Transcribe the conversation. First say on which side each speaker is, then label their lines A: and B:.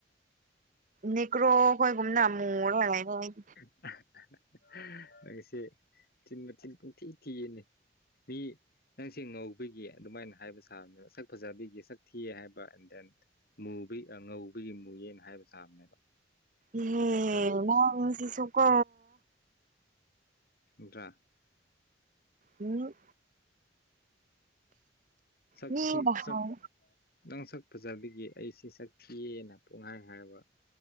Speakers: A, on the right (about 45°); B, on the left (about 55°).
A: ꯅꯦꯒ꯭ꯔꯣ ꯍꯣꯢꯒꯨꯨꯝꯅ ꯃꯨꯔꯥ ꯂꯩ ꯍꯣ ꯃꯤꯠ
B: ꯑ ꯍꯍꯍ ꯅꯪꯁꯦ ꯆꯤꯟ ꯃꯊꯤꯟ ꯄꯨꯡꯊꯤ ꯊꯤꯌꯦꯅꯦ ꯃꯤ ꯅꯪ ꯁꯦ ꯉꯧꯕꯒꯤ ꯑꯗꯨꯃꯥꯢꯅ ꯍꯥꯢꯕ ꯁꯥꯕꯅꯦꯕ ꯁꯛ ꯐꯖꯕꯤꯒꯤ ꯁꯛ ꯊꯤꯑꯦ ꯍꯥꯢꯕ ꯑꯦꯟ ꯗꯦꯟ ꯃꯨꯕꯩ ꯑ ꯉꯧꯕꯒꯤ ꯃꯨꯢꯌꯦꯅ ꯍꯥꯢꯕ ꯁꯥꯕꯅꯦꯕ
A: ꯏꯌꯦ
B: ꯑꯩ ꯈꯪꯉꯤ
A: ꯅꯪꯁꯤꯁꯨ ꯀꯣ
B: ꯅꯠꯇ꯭ꯔꯥ
A: ꯎꯝ
B: ꯁꯛ
A: ꯃꯤꯅ
B: ꯊꯤ
A: ꯍꯥꯏ
B: ꯁꯛ ꯅꯪ ꯁꯛ ꯐꯖꯕꯒꯤ ꯑꯩꯁꯤ ꯁꯛ ꯊꯤꯌꯦꯅ ꯄꯨꯡꯍꯥꯏ ꯍꯥꯏꯕ